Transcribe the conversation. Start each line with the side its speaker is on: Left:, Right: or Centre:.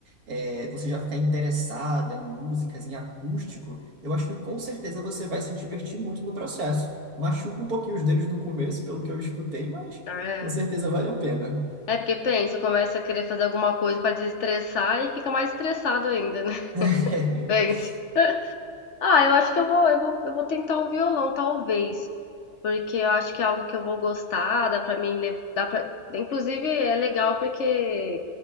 Right: eh, você já ficar interessada em músicas, em acústico eu acho que com certeza você vai se divertir muito no processo. Machuca um pouquinho os dedos no começo, pelo que eu escutei, mas
Left: ah, é.
Right: com certeza vale a pena.
Left: É porque pensa, começa a querer fazer alguma coisa pra desestressar e fica mais estressado ainda, né? <laughs>
Right: <laughs>
Left: Pense. Ah, eu acho que eu vou, eu vou, eu vou tentar o violão, talvez. Porque eu acho que é algo que eu vou gostar, dá pra mim, le- dá pra... Inclusive é legal porque